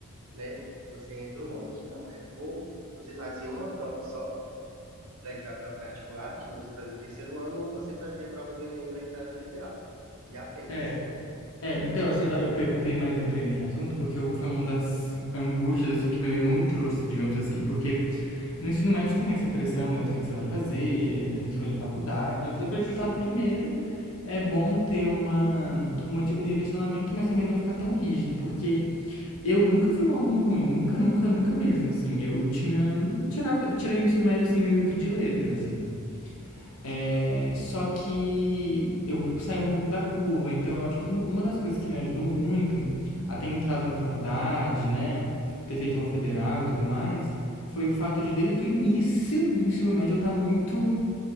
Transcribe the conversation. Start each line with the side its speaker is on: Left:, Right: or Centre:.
Right: né, você entra ou não. Aqui não, era ou você fazia uma prova só para entrar pela particular, que você fazia no terceiro ano, ou você fazia a prova do Enem para entrar na federal. E apenas.
Left: É, é, então, assim, eu, ta- eu perguntei mais, entrei nesse assunto, porque eu- foi uma das angústias, assim, que meu irmão me trouxe, digamos assim, porque no ensino médio tem essa pressão, né, do que que você vai fazer, tem que escolher faculdade. Eu falei pra ele que ele tá no primeiro, é bom ter uma, uma di- um direcionamento, mas também não ficar tão rígido, porque Eu nunca fui um aluno ruim, nunca, nunca, nunca mesmo, assim. Eu tinha. Tirava, tirei o ensino médio, assim, meio que de letra, assim. É, só que eu saí um pouco da curva, então eu acho que uma das coisas que me ajudou muito a ter entrado na faculdade, né? Ter feito uma federal e tudo mais, foi o fato de desde o início do ensino médio eu estar muito